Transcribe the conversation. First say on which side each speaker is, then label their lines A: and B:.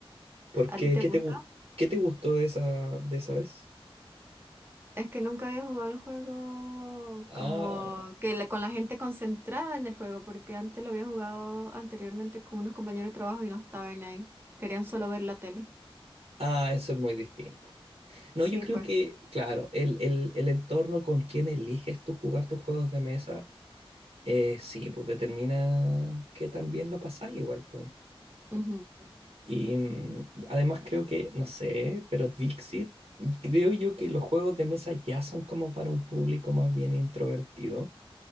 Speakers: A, on the right; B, on the right.
A: ¿Por
B: ¿A
A: qué?
B: ti te
A: ¿Qué
B: gusta?
A: te, gu- qué te gustó de esa, de esa vez?
B: Es que nunca había jugado el juego
A: Ah,
B: como que la- con la gente concentrada en el juego, porque antes lo había jugado anteriormente con unos compañeros de trabajo y no estaban ahí. Querían solo ver la tele.
A: ah, eso es muy distinto. No,
B: Sí,
A: yo creo
B: pues.
A: que, claro, el, el, el entorno con quien eliges tú jugar tus juegos de mesa, eh, sí, pues determina que también lo pasás igual. pues.
B: Ujú.
A: Y mm, además creo que, no sé, pero Dixit, creo yo que los juegos de mesa ya son como para un público más bien introvertido.